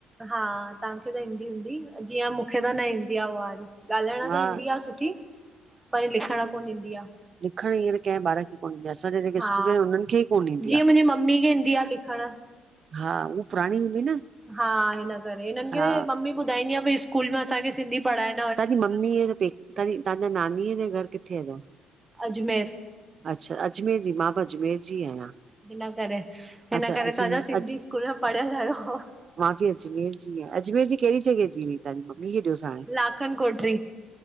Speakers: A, on the right; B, on the right.
A: हा, ताहांखे त ईंदी हूंदी, जीअं मूंखे त न ईंदी आ उहारी। ॻाल्हाइण
B: हा
A: त ईंदी आ सुठी, पर लिखणु कोन ईंदी आ।
B: लिखणु हींअर कै ॿार खे कोन ईंदी आ। असांजा जेके
A: हा।
B: स्टूडेंट, उन्हनि खे ई कोन ईंदी
A: जीअं
B: आ।
A: मुंहिंजी मम्मी खे ईंदी आहे लिखण
B: हा, उहा पुराणी हूंदी न?
A: हा हिन करे, हिननि खे
B: हा
A: मम्मी ॿुधाईंदी आ, भई स्कूल में असांखे सिंधी पढ़ाण
B: तवांजी ममी जां पेक, ताजी तांजा नानीअ जे घर किथेअ जो?
A: अजमेर।
B: अच्छा अजमेर जी, मां बि अजमेर जी आहियां।
A: हिन करे, हिन
B: अच्छा
A: करे
B: अजमेर
A: तव्हांजा सिंधी स्कूल पढ़ियल आहियो।
B: हिंयं अजमेर जी आ, अजमेर जी कहिड़ी जॻहि जी हुई, तव्हांजी मम्मी खे ॾियोसि हाणे
A: लाखन कोटरी